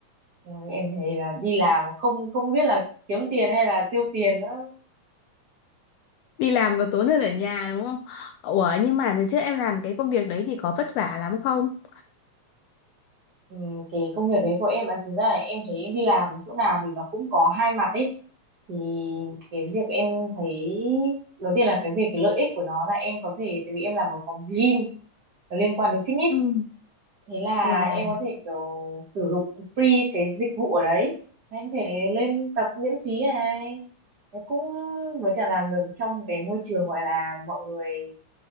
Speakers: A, on the right (about 45°); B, on the left (about 80°).
A: Ôi, em thấy là đi làm mà không không biết là kiếm tiền hay là tiêu tiền nữa
B: đi làm còn tốn hơn ở nhà đúng không? Ủa nhưng mà đợt trước em làm cái công việc đấy thì có vất vả lắm không?
A: ừ, cái công việc đấy của em là thực ra là em thấy em đi làm chỗ nào thì nó cũng có hai mặt ấy thì cái việc em thấy đầu tiên là cái về cái lợi ích của nó là em có thể tại vì em làm ở phòng gym liên quan đến fitness
B: Ừ.
A: thế là
B: Wow.
A: em có thể kiểu sử dụng free cái dịch vụ ở đấy em có thể lên tập miễn phí này Thế cũng với cả làm được trong một cái môi trường gọi là mọi người